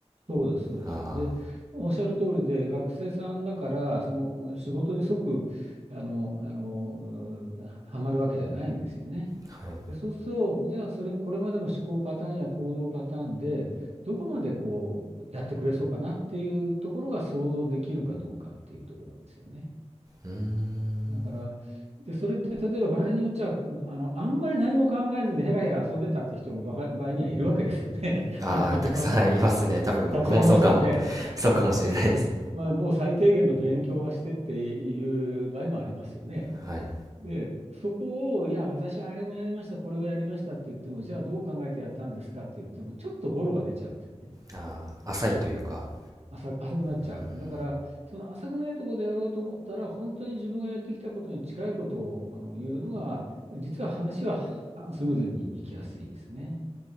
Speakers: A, on the right (about 65°); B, on the right (about 30°).
A: そうです、そうです。
B: あ
A: で、おっしゃる通りで、学生さんだから、その仕事に即、あの、あの、うーはまるわけじゃないんですよね。
B: あ、はい。
A: で、そうすると、じゃあ、それ、これまでの思考パターンや行動パターンで、どこまでこう、やってくれそうかなっていうところが想像できるかどうかっていうところなんですよね。
B: うーん。
A: だから、で、それって、例えば場合によっちゃ、あの、あんまり何も考えずにヘラヘラ遊んでたって人もばか場合にはいるわけですよね。
B: ああ、
A: <laughs>
B: たくさんいますね。
A: 世の中には。
B: 多分僕もそうかも、
A: たくさんいますよね。
B: そうかもしれないです。
A: で、まあ、もう最低限の勉強はしてっていう場合もありますよね。
B: はい。
A: で、そこを、いや、私はあれもやりました、これをやりましたって言っても、じゃあどう考えてやったんですかって言っても、ちょっとボロが出ちゃうんですよね。
B: ああ、浅いというか、
A: うん浅、浅くなっちゃう。
B: うん、
A: だから、その浅くないところでやろうと思ったら、本当に自分がやってきたことに近いことをあの言うのが、実は話ははスムーズにいきやすいですね。